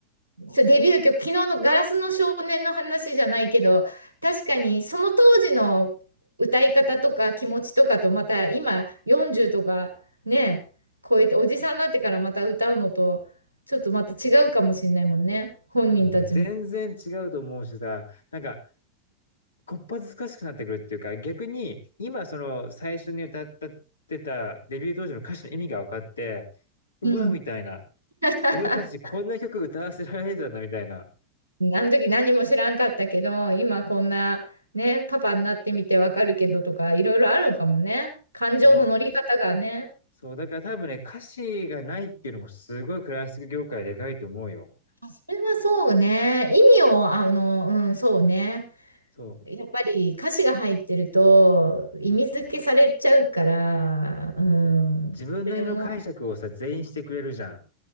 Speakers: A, on the right; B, on the left.
A: そうデビュー曲、昨日のガラスの少年の話じゃないけど、確かにその当時の歌い方とか気持ちとかとまた今40とかね、超えておじさんになってからまた歌うのとちょっとまた違うかもしれないもんね。本人たちも。
B: もう全然違うと思うしさ、なんか、こっぱずかしくなってくるっていうか、逆に、今、その、最初に歌ったってた、デビュー当時の歌詞の意味が分かって、うわ、
A: うん。
B: みたいな。
A: <laughs>
B: 俺たちこんな曲歌わせられてたんだ、みたいな。
A: あの時何も知らんかったけど、今こんなね、パパになってみてわかるけどとかいろいろあるんかもね。感情の乗り方がね。
B: そう、そう、だから多分ね、歌詞がないっていうのもすごいクラシック業界でかいと思うよ。
A: あ、それはそうね。意味を、あの、うん、そうね。
B: そう、
A: やっぱり歌詞が入ってると意味付けされちゃうから、うん、
B: そう。自分なりの解釈をさ、
A: それも、
B: 全員してくれるじゃん。